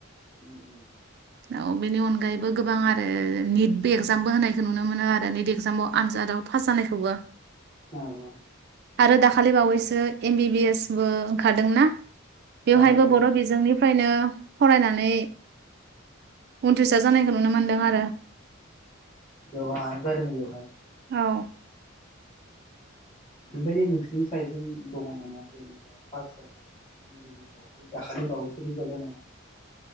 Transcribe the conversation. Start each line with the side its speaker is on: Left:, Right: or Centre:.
Left: उम उम
Right: औ बेनि अनगायैबो गोबां आरो निट बेगस एगजामबो होनायखौ नुनो मोनो आरो निट एगजामाव आनजादाव पास जानायखौबो
Left: औ औ
Right: आरो दाखालि बावैसो एम बि बि एसबो ओंखारदोंना? बेवहायबो
Left: औ औ
Right: बर बिजोंनि फ्रायनो फरायनानै उन्थ्रिसार जानायखौ नुनो मोनदों आरो
Left: गोबांआनो जादों बेवहाय
Right: औ
Left: बेबायदि नोंसिनि साइडजों दङ नामा जेनेबा पास जानाय एम बि बि एस आव बे दाखालि बावैसो रिजाल्ट होनायाव?